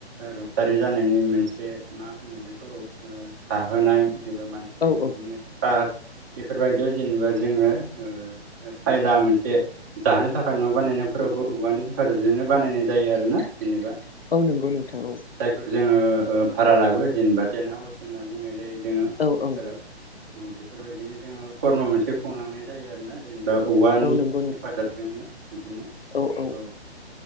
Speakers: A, on the right (about 15°); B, on the left (about 60°).
A: रुंसारि जानायनि मोनसे मा होनो बेखौ ओ साहोनाय जेबो मानसि बे
B: औ
A: बिदिनो
B: औ
A: कास बेफोरबायदियाव जेनेबा जोंङो ओ सायला मोनसे जानो थाखा फाइन' बानायनायफोरावबो औवानि हेफाजाबजोंनो बानायनाय जायो आरोना जेनेबा।
B: औ नंगौ नोंथां औ।
A: जायखौ जोंङो ओ भारा लाबो जेनेबा टेन्थ हाउस होनना बुंनाय जायो जोंङो
B: औ
A: आथिखालाव।
B: औ
A: औ बेफोरबायदिनो जोंङो कर्म मोनसे खुंलांनाय जायो आरोना। जेनेबा औवानि
B: औ नंगौ नोंथां
A: हेफाजाबजोंनो बिदिनो
B: औ औ
A: ओ